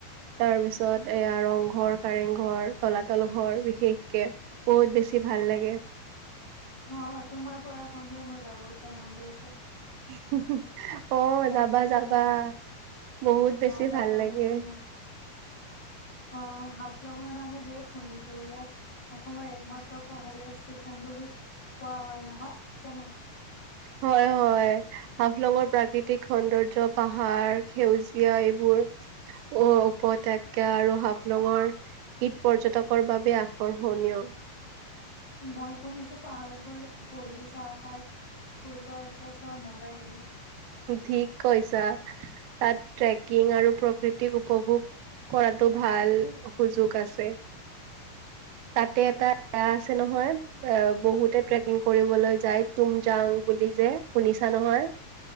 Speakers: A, on the right; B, on the left.
A: তাৰ পিছত এয়া ৰংঘৰ। কাৰেং ঘৰ তলাতল ঘৰ বিশেষকে বহুত বেছি ভাল লাগে।
B: অ তোমাৰ পৰা শুনিয়ে মোৰ যাবলৈ মন গৈছে।
A: হু হু। অ
B: ময়ও
A: যাবা
B: যাই
A: যাবা
B: চাম ৰবা।
A: বহুত বেছি
B: অ যাব
A: ভাল লাগে।
B: লাগিব। অ হাফলঙৰ নামো বহুত শুনিছো ইয়াক অসমৰ একমাত্ৰ পাহাৰীয়া ষ্টেশচন বুলি কোৱা হয় নহয় জানো
A: হয় হয় হাফলঙৰ প্ৰাক্ তিক সৌন্দৰ্য পাহাৰ সেউজীয়া এইবোৰ অ উপত্যকা আৰু হাফলঙৰ ঈদ পৰ্যটকৰ বাবে আকৰকৰ্ষণীয়
B: মই শুনিছো পাহাৰত বৰি বহি চাহ খাই সূৰ্য অস্ত চোৱাৰ মজাই বেলেগ
A: ঠিক কৈছা তাত ট্ৰেকিং আৰু প্ৰকৃতিক উপভোগ কৰাতো ভাল সুযোগ আছে। তাতে এটা বেয়া আছে নহয় বহুতে ট্ৰেকিং কৰিবলৈ যায় তু যাওঁ বুলি যে শুনিছা নহয়।